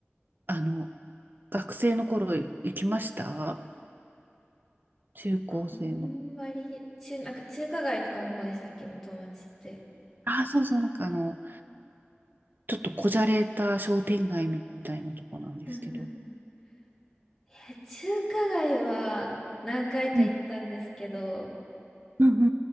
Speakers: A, on the right; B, in the centre.
A: あの、学生の頃行きました中高生の。
B: あんまり、中、なんか中華街とかの方でしたっけ、元町って。
A: あ、そうそう、なんかあの、ちょっとこじゃれた商店街みたいなとこなんですけど。
B: うんうんうん。いや、中華街は何回か行ったんですけど、
A: うん、うん、うん、う